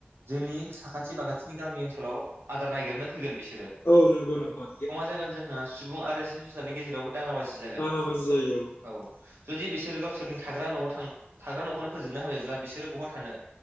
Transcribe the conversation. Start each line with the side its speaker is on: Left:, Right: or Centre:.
Right: जोंनि साखाथि बाखाथिनि गामि ओनसोलाव आदार नागागिरनो फैगोन बिसोरो
Left: औ नंगौ नोंथां
Right: जागोन जोंहा सुबुं आरो जिब जुनारनि गेजेरावबो दाङा बाजि जागोन
Left: दाङा बाजि जायो
Right: औ जुदि बिसोर गावसोरनि थाग्रा न'आव थां थाग्रा न'खौनो जोबना होबायब्ला बिसोरो बहा थानो